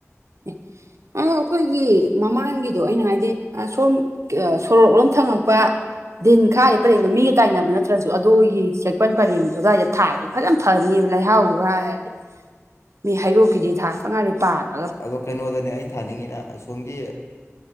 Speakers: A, on the right; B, on the left.
A: <unintelligible> ꯑ ꯑꯩꯈꯣꯏꯒꯤ ꯃꯃꯥꯡꯒꯤꯗꯣ ꯑꯩꯅ ꯍꯥꯏꯗꯤ ꯑꯁꯣꯝ ꯁꯣꯔꯣꯛꯂꯣꯝ ꯊꯪꯉꯛꯄ ꯫ ꯗꯤꯟ ꯈꯥꯔꯤ ꯄꯔꯦꯡꯗꯣ ꯃꯤꯒ ꯇꯥꯏꯅꯕ ꯅꯠꯇ꯭ꯔꯁꯨ ꯑꯗꯨꯒꯤ ꯆꯦꯛꯄꯟ ꯄꯔꯦꯡꯗ ꯑꯣꯖꯥꯗ ꯊꯥꯔ ꯐꯖꯅ ꯐꯅꯤꯕ ꯂꯩꯍꯥꯎꯗꯨ ꯍꯥꯏꯔꯗꯤ ꯃꯤ ꯍꯩꯔꯣꯛꯀꯤꯗꯤ ꯊꯥꯇꯉꯥꯔꯤ ꯄꯥꯜꯂꯦ
B: ꯑꯗꯣ ꯀꯩꯅꯣꯗꯅꯦ ꯑꯩꯅ ꯊꯥꯅꯤꯡꯉꯤꯅ ꯑꯁꯣꯝꯒꯤ